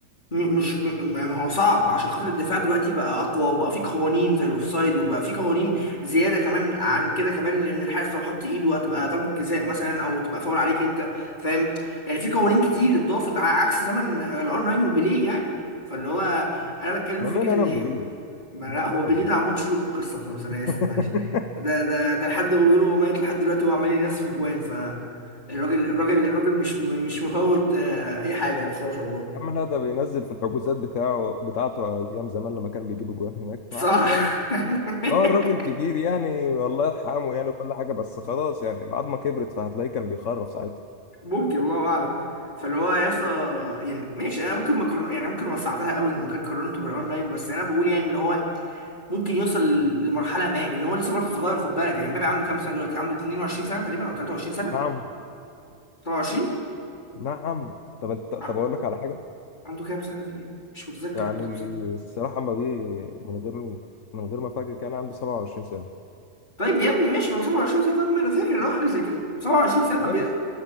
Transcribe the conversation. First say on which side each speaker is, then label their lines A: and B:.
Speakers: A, on the left; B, on the left.
A: م- مش م- ما هو صعب عشان خاطر الدفاع دلوقتي بقى اقوى وبقى فيه قوانين زي الاوفسايد وبقى فيه قوانين زياده كمان عن كده كمان لان الحارس لو حط ايده هتبقى ضربه جزاء مثلا او تبقى فاول عليك انت فاهم يعني في قوانين كتير اتضافت ع- عكس زمن الار 9 وبيليه يعني فاللي هو انا بتكلم
B: ما
A: في
B: مال
A: فكره
B: انا
A: ان
B: وبيليه
A: ما
B: ما
A: لا هو
B: مال انا
A: بيليه
B: وبيليه
A: ده عمون شيله من القصه خالص انا اسف
B: <laughs>
A: معلش ده ده ده لحد هو بيقولوا هو ميت لحد دلوقتي وعمال ينزل في جوان ف الراجل الراجل الراجل مش مش مفوت آه، اي حاجه بصراحه
B: يا عم لا ده بينزل في الحجوزات بتاعه بتاعته ايام زمان لما كان بيجيب جوان هناك
A: صح
B: فعادي يعني
A: <laughs>
B: اه الراجل كبير يعني الله يرحمه يعني كل حاجه بس خلاص يعني العظمه كبرت فهتلاقيه كان بيخرف ساعتها
A: ممكن الله اعلم فاللي هو يا اسطى يعني ماشي انا ممكن ما كرر... يعني ممكن وسعتها قوي لما كنت قارنته بالاونلاين بس انا بقول يعني ان هو ممكن يوصل لمرحله ما لان هو لسه برضه صغير خد بالك يعني مبابي عنده كام سنه دلوقتي عنده 22 سنه تقريبا او 23 سنه
B: نعم
A: 27
B: نعم طب انت طب
A: ع-
B: اقول لك على حاجه
A: عنده كام سنه في ايه مش متذكر
B: يعني
A: عنده كام سنه
B: الصراحه ما دي من غير من غير ما فاكر كان عنده 27 سنه
A: طيب يا ابني ماشي ما هو 27 سنه طب ما انا فاكر ان هو حاجه زي كده 27 سنه طب
B: ايوه بس